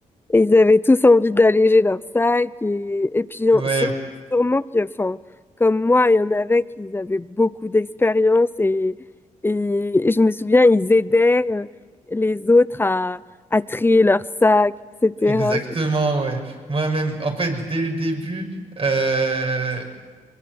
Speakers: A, on the left (about 15°); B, on the right (about 45°).
A: et ils avaient tous envie d'alléger leur sac. Et, et puis
B: Ouais,
A: euh, sur- sûrement que, enfin, comme moi, il y en avait qui avaient beaucoup d'expérience et, et, et je me souviens, ils aidaient euh, les autres à, à trier leur sac, etc.
B: exactement, ouais. Moi-même, en fait, dès le début, euh,